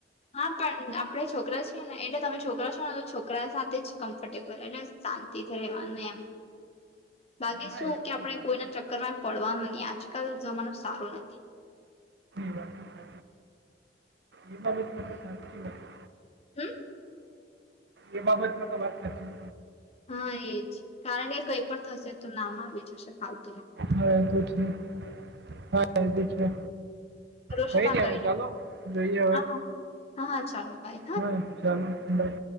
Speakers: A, on the left; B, on the right.
A: હા પણ આપડે છોકરા છીએ ને એટલે તમે છોકરા છો ને છોકરા ોક સાથે જ કમ્ફર્ટેબલ ને શાંતિથી રહેવાનું એમ બાકીે
B: ના
A: શું
B: એ
A: કે
B: પણ
A: આપણે
B: વાત
A: કોઈના
B: છે
A: ચક્કર માં એમ પડવાનું નહી આજકાલ જમાનો સારો નથી
B: વા એ બાબત માટે સાચી કીધી.
A: હમ્મ.
B: એ બાબતમાં તો વાત સાચી
A: હા એજ કારણ કે કઈ પણ થશે તો નામ આવી જશે ખ
B: હા એ તો છે હા એ બી છે
A: ભરોસો
B: કઈ
A: ના
B: નહ
A: કરી
B: આવે ચાલો જોઈએ હવે
A: હા હા હા હા ચાલો બાય હા
B: હ ચાલોાઈ